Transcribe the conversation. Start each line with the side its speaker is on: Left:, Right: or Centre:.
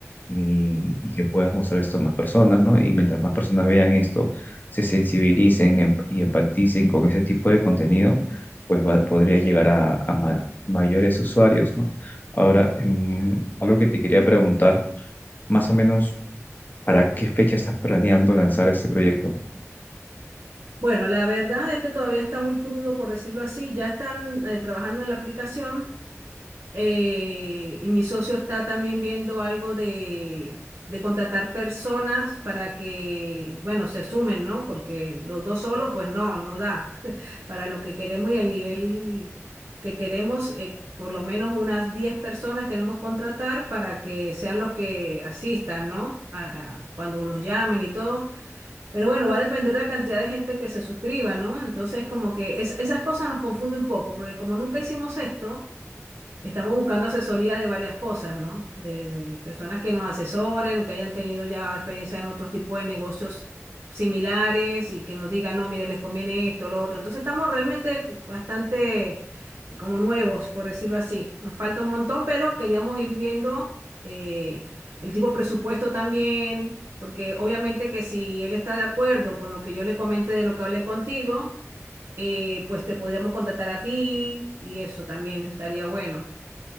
Left: y, y que puedas mostrar esto a más personas, ¿no? Y mientras más personas vean esto, se sensibilicen em- y empaticen con ese tipo de contenido, pues va- podrías llegar a, a ma- mayores usuarios, ¿no? Ahora, em, algo que te quería preguntar, más o menos, ¿para qué fecha estás planeando lanzar este proyecto?
Right: Bueno, la verdad es que todavía está muy crudo, por decirlo así. Ya están eh, trabajando en la aplicación. eh, y mi socio está también viendo algo de, de contratar personas para que, bueno, se sumen, ¿no? Porque los dos solos, pues no, no da <laughs> para lo que queremos y el nivel que queremos. eh, Por lo menos unas 10 personas queremos contratar para que sean los que asistan, ¿no? A- a- cuando los llamen y todo. Pero bueno, va a depender de la cantidad de gente que se suscriba, ¿no? Entonces, como que es- esas cosas nos confunde un poco, porque como nunca hicimos esto, Estamos buscando asesoría de varias cosas, ¿no? De, de personas que nos asesoren, que hayan tenido ya experiencia en otros tipos de negocios similares y que nos digan, no, mira, les conviene esto, lo otro. Entonces estamos realmente bastante como nuevos, por decirlo así. Nos falta un montón, pero queríamos ir viendo eh, el tipo de presupuesto también, porque obviamente que si él está de acuerdo con lo que yo le comenté de lo que hablé contigo, eh, pues te podríamos contratar a ti y eso también estaría bueno.